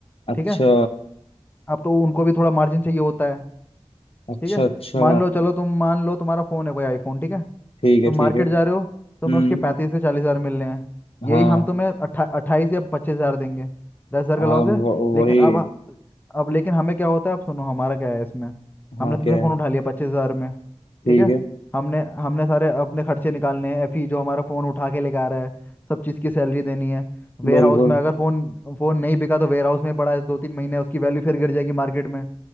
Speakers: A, on the left; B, on the left.
A: अच्छा
B: ठीक है अब तो उनको भी थोड़ा मार्जिन चाहिए होता है
A: अच्छा
B: ठीक है
A: अच्छा
B: मान लो चलो तुम मान लो तुम्हारा फोन है कोई आईफोन ठीक है
A: ठीक है
B: तुम मार्केट
A: ठीक है
B: जा रहे हो
A: हम्म
B: तुम्हें उसके पैंतीस से चालीस हजार मिल रहे हैं यही
A: हाँ
B: हम तुम्हें अट्ठा अट्ठाईस या पच्चीस हजार देंगे दस हजार
A: हाँ
B: का लॉस
A: व-
B: है लेकिन
A: वही
B: अब अब लेकिन हमें क्या होता है अब सुनो हमारा क्या है इसमें हमने
A: हाँ
B: तुमसे
A: क्या
B: फ़ोन
A: है
B: उठा लिया पच्चीस हजार में
A: ठीक
B: ठीक है
A: है
B: हमने हमने सारे अपने खर्चे निकालने हैं एफी जो हमारा फ़ोन उठा के लेके आ रहा है सब चीज़ की सैलरी देनी है वेयर
A: बिल्कुल
B: हाउस में अगर फ़ोन फ़ोन नहीं बिका तो वेयर हाउस में पड़ा है दो तीन महीने उसकी वैल्यू फिर गिर जाएगी मार्केट में